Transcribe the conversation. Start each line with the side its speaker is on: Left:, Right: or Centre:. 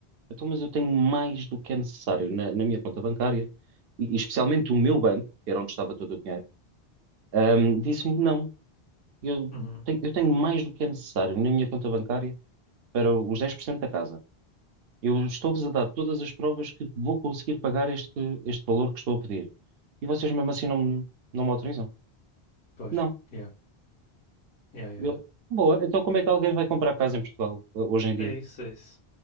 Right: Então, mas eu tenho mais do que é necessário na, na minha conta bancária, e, e especialmente o meu banco, que era onde estava todo o dinheiro, ahm, disse-me não, eu
Left: Uhum.
Right: tenho, eu tenho mais do que é necessário na minha conta bancária para os 10% da casa. Eu estou-vos a dar todas as provas que vou conseguir pagar este, este valor que estou a pedir. E vocês mesmo assim não, me- não me autorizam?
Left: Pois,
Right: Não.
Left: yeah. Yeah, yeah,
Right: Eu,
Left: yeah.
Right: boa, então como é que alguém vai comprar casa em Portugal eh, hoje em dia?
Left: É isso, é isso.